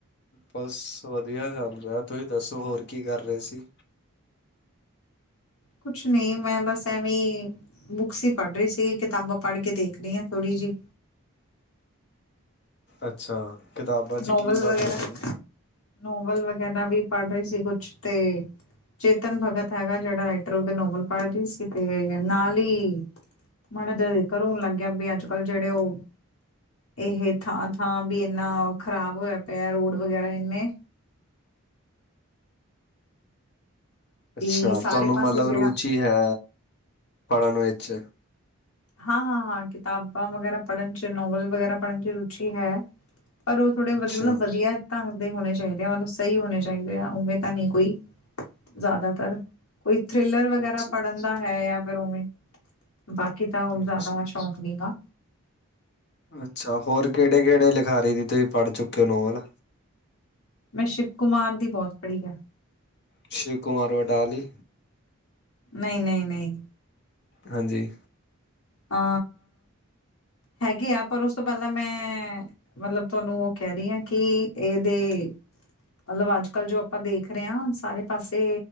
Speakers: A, on the left; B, on the left.
A: ਬਸ ਵਧੀਆ ਚੱਲ ਰਿਹਾ ਤੁਸੀਂ ਦੱਸੋ ਹੋਰ ਕੀ ਕਰ ਰਹੇ ਸੀ?
B: ਕੁਛ ਨਹੀਂ ਮੈਂ ਬਸ ਐਵੇਂ ਬੁੱਕਸ ਹੀ ਪੜ੍ਹ ਰਹੀ ਸੀਗੀ ਕਿਤਾਬਾਂ ਪੜ੍ਹ ਕੇ ਦੇਖ ਰਹੀ ਹੈ ਥੋੜੀ ਜਿਹੀ
A: ਅੱਛਾ ਕਿਤਾਬਾਂ ਚ
B: ਨੋਵਲ
A: ਕੀ ਪੜ
B: ਵਗੈਰਾ
A: ਰਹੇ ਸੀ।
B: ਨੋਵਲ ਵਗੈਰਾ ਵੀ ਪੜ੍ਹ ਰਹੀ ਸੀ, ਕੁਛ ਤੇ ਚੇਤਨ ਭਗਤ ਹੈਗਾ, ਜਿਹੜਾ ਰਾਈਟਰ ਉਹਦੇ ਨੋਵਲ ਪੜ੍ਹ ਰਹੀ ਸੀ ਤੇ ਨਾਲ ਹੀ ਮੜਾ ਦਾ ਜ਼ਿਕਰ ਹੋਣ ਲੱਗਿਆ ਵੀ ਅੱਜ- ਕੱਲ ਜਿਹੜੇ ਉਹ ਇਹ ਥਾਂ ਥਾਂ ਵੀ ਇੰਨਾ ਖ਼ਰਾਬ ਹੋਇਆ ਪਿਆ ਰੋਡ ਵਗੈਰਾ ਇੰਨੇ
A: ਅੱਛਾ
B: ਵੀ ਸਾਰੇ
A: ਤੁਹਾਨੂੰ
B: ਪਾਸੇ
A: ਮਤਲਬ
B: ਜਿਹੜਾ
A: ਰੁਚੀ ਹੈ ਪੜ੍ਹਨ ਵਿੱਚ
B: ਹਾਂ ਕਿਤਾਬਾਂ ਵਗੈਰਾ ਪੜ੍ਹਨ ਚ ਨੋਵਲ ਵਗੈਰਾ ਪੜ੍ਹਨ ਰੁਚੀ ਹੈ। ਪਰ ਉਹ ਥੋੜੇ ਮਤਲਬ
A: ਅੱਛਾ।
B: ਵਧੀਆ ਤਾਂ ਹੋਣੇ ਚਾਹੀਦੇ ਆ ਮਤਲਬ ਸਹੀ ਹੋਣੇ ਚਾਹੀਦੇ ਆ ਉਵੇਂ ਤਾਂ ਨਹੀਂ ਕੋਈ ਜ਼ਿਆਦਾਤਰ ਕੋਈ ਥਰਿਲਰ ਵਗੈਰਾ
A: ਅੱਛਾ-ਅੱਛਾ,
B: ਪੜ੍ਹਨ ਦਾ ਹੈ ਜਾਂ ਫਿਰ ਉਵੇਂ ਬਾਕੀ ਤਾਂ ਜ਼ਿਆਦਾ
A: ਅੱਛਾ
B: ਸ਼ੌਕ ਮਹਿੰਗਾ
A: ਅੱਛਾ ਹੋਰ ਕਿਹੜੇ-ਕਿਹੜੇ ਲਿਖਾਰੀ ਦੀ ਤੁਸੀਂ ਪੜ੍ਹ ਚੁੱਕੇ ਹੋ ਨੋਵਲ
B: ਮੈਂ ਸ਼ਿਵ ਕੁਮਾਰ ਦੀ ਬਹੁਤ ਪੜ੍ਹੀ ਹੈ।
A: ਸ਼ਿਵ ਕੁਮਾਰ ਬਟਾਲੀ
B: ਨਹੀਂ, ਨਹੀਂ ਨਹੀਂ
A: ਹਾਂਜੀ
B: ਆ ਹੈਗੇ ਆ ਪਰ ਉਸ ਤੋਂ ਪਹਿਲਾਂ ਮੈਂ ਮਤਲਬ ਤੁਹਾਨੂੰ ਉਹ ਕਹਿ ਰਹੀ ਆ ਕਿ ਇਹਦੇ ਮਤਲਬ ਅੱਜ ਕੱਲ ਜੋ ਆਪਾਂ ਦੇਖ ਰਹੇ ਹਾਂ ਸਾਰੇ ਪਾਸੇ